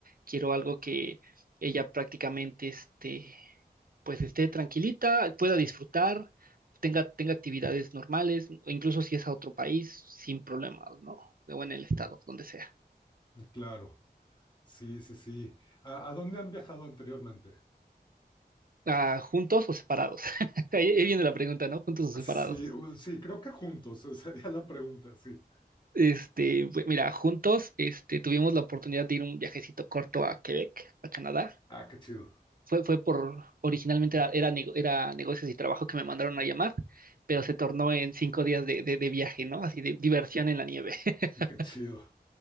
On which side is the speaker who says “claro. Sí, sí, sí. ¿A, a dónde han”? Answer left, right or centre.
Left